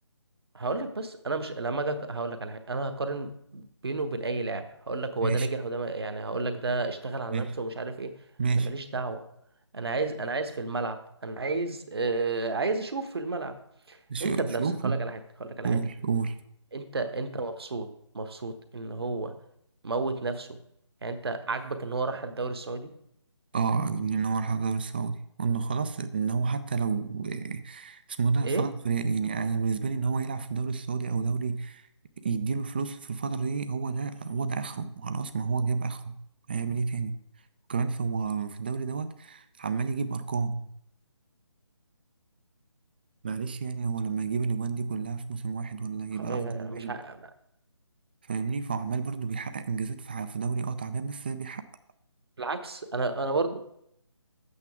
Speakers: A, on the right (about 55°); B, on the right (about 20°).
A: هقول لك بس انا مش لما اجي أق- هقول لك على حاجه انا هقارن بينه وبين اي لاعب هقول لك هو
B: ماشي
A: ده نجح وده ما- يعني هقول لك ده اشتغل على
B: ماشي
A: نفسه ومش عارف ايه
B: ماشي
A: انا ماليش دعوه انا عايز انا عايز في الملعب انا عايز آه عايز اشوف في الملعب
B: شو-
A: انت بنفسك
B: شوفوا
A: هقول لك على حاجه هقول لك على
B: قول
A: حاجه
B: قول
A: انت انت مبسوط مبسوط ان هو موت نفسه يعني انت عاجبك ان هو راح الدوري السعودي
B: اه ان هو راح الدوري السعودي وانه خلاص ان هو حتى لو آه، اسمه ده
A: ايه
B: فضل في يعني انا بالنسبه لي ان هو يلعب في الدوري السعودي او دوري يديله فلوس في الفتره دي هو ده هو ده اخره خلاص ما هو جاب اخره هيعمل ايه تاني وكمان فهو في الدوري دوت عمال يجيب ارقام معلش يعني هو لما يجيب الاجوان دي كلها في موسم واحد ولا يبقى
A: خ- يعني
B: افضل
A: مش
B: لعيب
A: ع...
B: فاهمني فهو عمال برضه بيحقق انجازات في في دوري اه تعبان بس بيحقق
A: بالعكس انا انا برضو